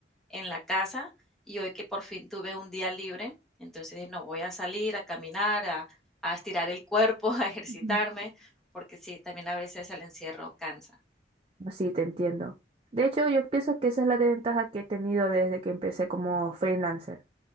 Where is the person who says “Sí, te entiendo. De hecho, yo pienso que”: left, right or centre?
Right